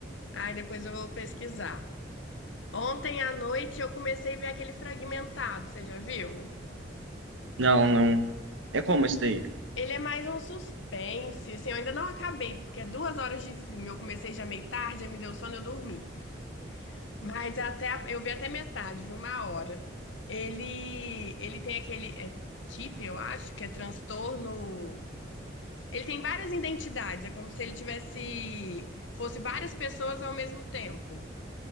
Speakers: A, on the left; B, on the right.
A: Ai, depois eu vou pesquisar. Ontem à noite eu comecei a ver aquele Fragmentado, você já viu?
B: Não, não. É como esse daí?
A: Ele é mais um suspense, assim, eu ainda não acabei, porque é duas horas de filme. Eu comecei já meio tarde, aí me deu sono, e eu dormi. Mas até, a- eu vi até metade, vi uma hora. Ele, ele tem aquele, é TIP, eu acho, que é transtorno Ele tem várias identidades, é como se ele tivesse, fosse várias pessoas ao mesmo tempo.